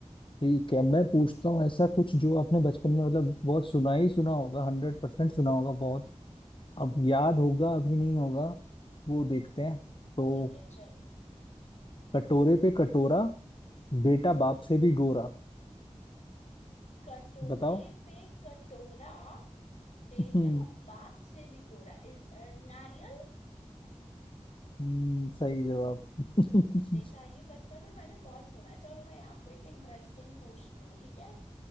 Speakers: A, on the left (about 45°); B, on the left (about 70°).
A: ठीक है मैं पूछता हूँ ऐसा कुछ जो आपने बचपन में मतलब बहुत सुना ही सुना होगा हंड्रेड परसेंट सुना होगा बहुत अब याद होगा अभी नहीं होगा वो देखते हैं तो
B: ठीक है चलो
A: कटोरे पे कटोरा बेटा बाप से भी गोरा
B: कटोरे
A: बताओ
B: पे कटोरा बेटा
A: <laughs>
B: बाप से भी गोरा इस- अ, नारियल
A: हम्म, सही जवाब <laughs>
B: देखा ये बचपन में मैंने बहुत सुना है चलो मैं आपको एक इंटरेस्टिंग पूछती हूँ ठीक है